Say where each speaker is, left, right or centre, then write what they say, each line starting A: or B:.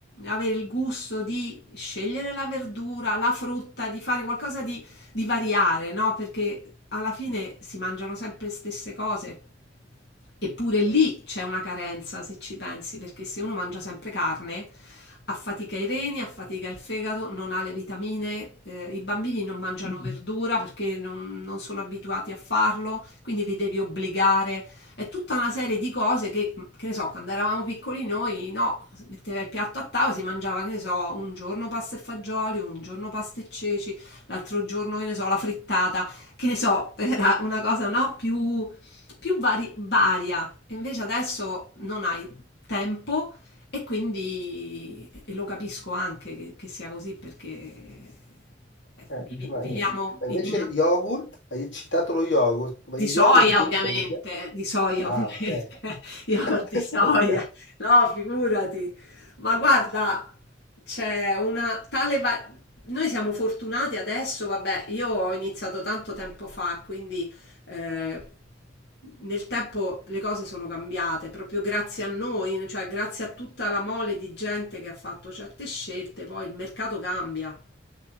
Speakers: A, on the left; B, on the left.
A: avere il gusto di scegliere la verdura, la frutta, di fare qualcosa di di variare, no? Perché alla fine si mangiano sempre le stesse cose. Eppure lì c'è una carenza, se ci pensi, perché se uno mangia sempre carne, affatica i reni, affatica il fegato, non ha le vitamine, eh, i bambini non mangiano Mm. verdura perché non, non sono abituati a farlo, quindi li devi obbligare. È tutta una serie di cose che, mm, che ne so, quando eravamo piccoli noi, no, si metteva il piatto a tavola, si mangiava, che ne so, un giorno pasta e fagioli, un giorno pasta e ceci, l'altro giorno, che ne so, la frittata, che ne so, <laughs> era una cosa, no, più più vari- varia. Invece adesso non hai tempo e quindi e lo capisco anche che, che sia così perché eh,
B: eh,
A: vivi-
B: no,
A: viviamo
B: eh. Ma
A: in
B: invece
A: una...
B: yogurt, hai citato lo yogurt, ma
A: Di
B: il
A: soia
B: yogurt quindi
A: ovviamente,
B: per i vegani-
A: di soia
B: Ah,
A: ovviamente,
B: ok.
A: <laughs> yogurt
B: <laughs>
A: di soia,
B: Ok.
A: no figurati. Ma guarda, c'è una tale... va- Noi siamo fortunati adesso, vabbè, io ho iniziato tanto tempo fa, quindi eh, nel tempo le cose sono cambiate, proprio grazie a noi, cioè grazie a tutta la mole di gente che ha fatto certe scelte, poi il mercato cambia